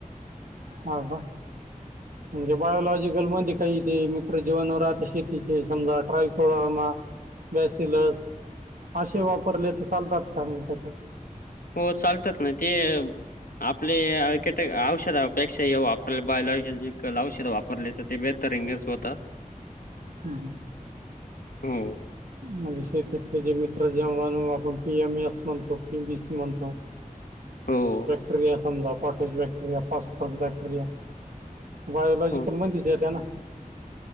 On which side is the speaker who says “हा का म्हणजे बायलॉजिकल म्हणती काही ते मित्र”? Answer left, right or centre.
Right